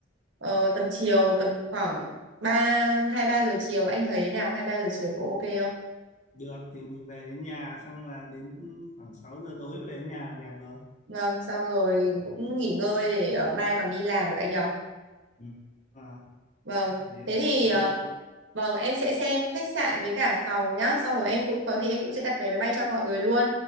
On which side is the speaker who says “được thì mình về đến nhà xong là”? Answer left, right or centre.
Left